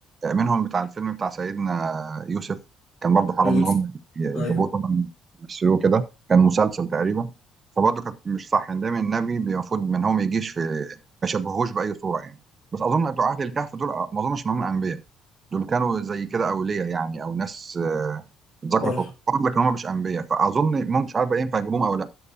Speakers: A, on the right (about 30°); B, on the left (about 60°).
A: منهم بتاع الفيلم بتاع سيدنا يوسف كان برضه حرام
B: يوسف
A: ان هم يجيبوه
B: أيوه
A: طبعا يمثلوه كده كان مسلسل تقريبا فبرضه كانت مش صح ان دايما النبي المفروض ان هو ما يجيش في ما يشبهوش باي صوره يعني بس اظن بتوع اهل الكهف دول ما اظنش ان هم انبياء دول كانوا زي كده اولياء يعني او ناس آه، اتذكروا
B: صالح
A: في القران لكن هم مش انبياء فاظن ممكن مش عارف بقى ينفع يجيبوهم او لا